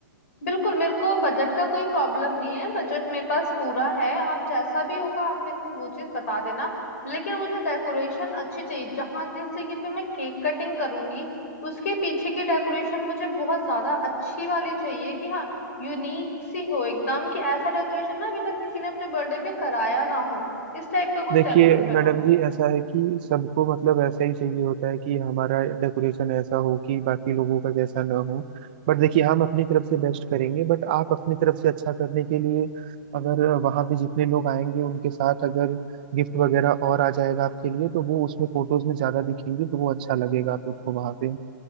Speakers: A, on the left; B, on the right.
A: बिल्कुल मेरे को बजट का कोई प्रॉब्लम नहीं है बजट मेरे पास पूरा है आप जैसा भी होगा आप मेरे को वो चीज बता देना लेकिन मुझे डेकोरेशन अच्छी चाहिए जहाँ जिस जगह पे मैं केक कटिंग करूंगी उसके पीछे की डेकोरेशन मुझे बहुत ज्यादा अच्छी वाली चाहिए कि हाँ यूनिक सी हो एकदम कि ऐसा डेकोरेशन ना अभी तक किसी ने अपने बर्थडे पे कराया ना हो इस टाइप का कुछ
B: देखिए
A: डेकोरेशन
B: मैडम
A: हो
B: जी ऐसा है कि सबको मतलब ऐसा ही चाहिए होता है कि हमारा डेकोरेशन ऐसा हो कि बाकी लोगों का जैसा ना हो बट देखिए हम अपनी तरफ से बेस्ट करेंगे बट आप अपनी तरफ से अच्छा करने के लिए अगर वहाँ पे जितने लोग आएंगे उनके साथ अगर गिफ्ट वगैरह और आ जाएगा आपके लिए तो वो उसमें फोटोज में ज्यादा दिखेंगे तो वो अच्छा लगेगा आप लोग को वहाँ पे